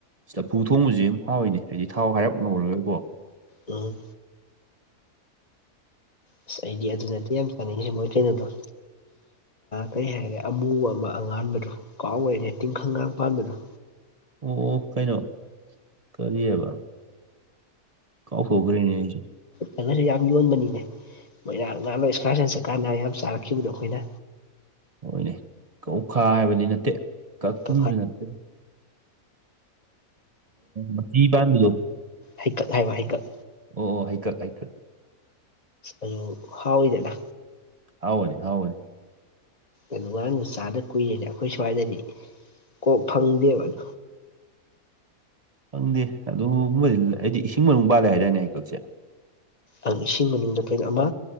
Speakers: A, on the right; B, on the left.
A: ꯆꯐꯨ ꯊꯣꯡꯕꯁꯤ ꯌꯥꯝ ꯍꯥꯎꯋꯤꯅꯦ ꯍꯥꯏꯗꯤ ꯊꯥꯎ ꯍꯥꯏꯔꯞ ꯉꯧꯔꯣꯏꯕꯣ
B: ꯎ ꯑꯁ ꯑꯩꯗꯤ ꯑꯗꯨꯅꯗꯤ ꯌꯥꯝ ꯄꯥꯅꯤꯡꯉꯦ ꯃꯣꯏ ꯀꯩꯅꯣꯗꯣ ꯀꯩ ꯍꯥꯏꯔꯦ ꯑꯃꯨꯕ ꯑꯃ ꯑꯉꯥꯟꯕꯗꯨꯣ ꯀꯥꯎꯈꯦꯅꯦ ꯇꯤꯡꯈꯪꯒ ꯄꯥꯟꯕꯗꯨꯣ
A: ꯑꯣ ꯀꯩꯅꯣ ꯀꯔꯤꯑꯕ ꯀꯥꯎꯊꯣꯛꯈꯔ꯭ꯦꯅꯦ ꯑꯩꯁꯨ
B: ꯠꯒꯁꯨ ꯌꯥꯝ ꯌꯣꯟꯕꯅꯤꯅꯦ ꯃꯣꯏꯔꯥꯡ ꯉꯥꯡꯂ ꯏꯁꯀꯥꯔ ꯁꯟ ꯆꯠꯀꯥꯟꯗ ꯌꯥꯝ ꯆꯥꯔꯛꯈꯤꯕꯗꯣ ꯑꯩꯈꯣꯏꯅ
A: ꯍꯣꯏꯅꯦ ꯀꯧꯈꯥ ꯍꯥꯏꯕꯗꯤ ꯅꯠꯇꯦ ꯀꯛꯊꯨꯝꯁꯨ
B: <unintelligible>
A: ꯅꯠꯇꯦ ꯃꯆꯤ ꯄꯥꯟꯕꯗꯣ
B: ꯍꯩꯀꯠ ꯍꯥꯏꯕ ꯍꯩꯀꯠ
A: ꯑꯣ ꯑꯣ ꯍꯥꯏꯀꯠ ꯍꯥꯏꯀꯠ
B: ꯑꯗꯨ ꯍꯥꯎꯏꯗꯅ
A: ꯍꯥꯎꯅꯦ ꯍꯥꯎꯅꯦ
B: ꯑꯗꯨ ꯉꯔꯥꯡꯅ ꯆꯥꯗ ꯀꯨꯏꯔꯦꯅꯦ ꯑꯩꯈꯣꯏ ꯁ꯭ꯋꯥꯏꯗꯗꯤ ꯀꯣꯛ ꯐꯪꯗꯦꯕ ꯑꯣ
A: ꯈꯪꯗꯦ ꯑꯗꯨꯒꯨꯝꯕꯗꯤ ꯑꯩꯗꯤ ꯏꯁꯤꯡ ꯃꯅꯨꯡ ꯄꯥꯜꯂꯦ ꯍꯥꯏꯗꯥꯏꯅꯦ ꯑꯩꯀꯛꯁꯦ
B: ꯑ ꯏꯁꯤꯡ ꯃꯅꯨꯡꯗ ꯑꯩꯈꯣꯏꯅ ꯑꯃ